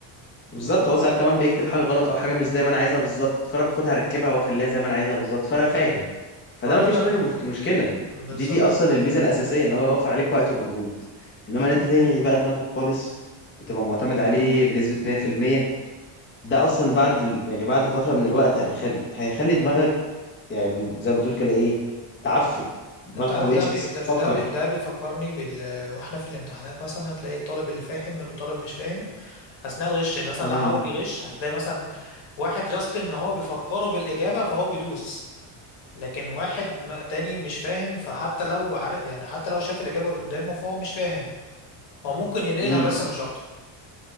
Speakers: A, on the left (about 25°); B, on the left (about 65°).
A: بالظبط هو ساعات كمان بيكتب حاجه غلط او حاجه مش زي ما انا عايزها بالظبط فانا باخدها
B: مم.
A: اركبها واخليها زي ما انا عايزها بالظبط فانا فاهم فده
B: فنقدر
A: ما فيش منه مف- مشكله
B: بالظبط
A: دي دي اصلا الميزه الاساسيه ان هو يوفر عليك وقت ومجهود انما ان انت تلغي بقى دماغك خالص بتبقى معتمد عليه بنسبه 100% ده اصلا بعد ال... يعني بعد فتره من الوقت هيخلي هيخلي دماغك يعني زي ما تقول كده ايه تعفن دماغك
B: انت عارف
A: ما بقتش
B: ده بي...
A: بتفكر
B: ده ده, بي... ده بيفكرني بال واحنا في الامتحانات مثلا هتلاقي الطالب اللي فاهم اللي الطالب مش فاهم اثناء الغش مثلا
A: امم
B: لو حاول يغش هتلاقي مثلا واحد جاست ان هو بيفكره بالاجابه فهو بيدوس لكن واحد ما- تاني مش فاهم فحتى لو عارف يعني حتى لو شاف الاجابه قدامه فهو مش فاهم هو ممكن ينقلها
A: امم
B: بس مش اكتر